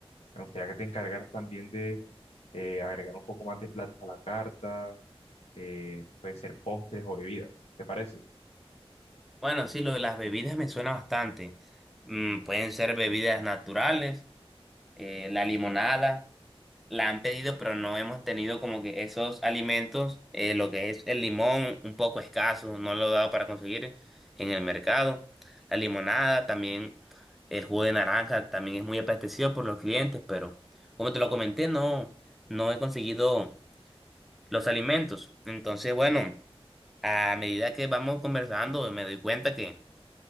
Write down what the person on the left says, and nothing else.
me gustaría que te encargaras también de eh, agregar un poco más de platos a la carta, eh, puede ser postres o bebidas, ¿te parece?